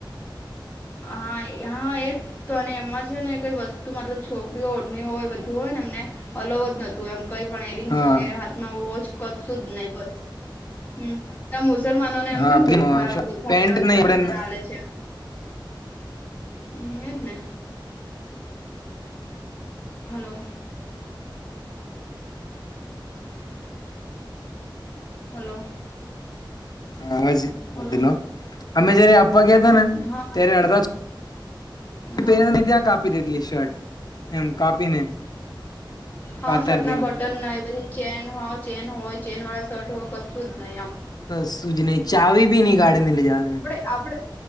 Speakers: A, on the left (about 20°); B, on the left (about 50°).
A: હા હા એ તો અને એમાં છે ને કઈ વસ્તુ મતલબ છોકરીઓ ઓરની હોય બધું હોય ને એમને અલવ જ નહતું એમ કઈ પણ એરિંગ્સ
B: હા
A: વગેરે હાથમાં વોચ કરશું જ નહીિ બસ હમ તો મુસલમાનોને એમ
B: હા
A: કેમ
B: પેલી
A: ગુરખા ગુરખા
B: પેન્ટ
A: પેરવાની
B: નહી
A: પરવશ
B: આપડે
A: આવેે છે હમ એજ ને હલો <inaudible> હલો
B: હાજ
A: હલો
B: બધલો અમે જયારે આપવા ગયા ત ને
A: હા
B: ત્યારે અડધા
A: હા
B: પેરેને ત્યાં કાપી દેધલી શર્ટ એમ કાપીને
A: હ હા
B: કાતરથી
A: સટના
B: એમ
A: બટન ના એ ચેન હ ચેન હોય ચેન વાળા શર્ટ હોય કશું જ નહીં આમ
B: બસ સુુંજ નહી ચાવી ભી નની ગાડીે લઈ જવા દે
A: આપડ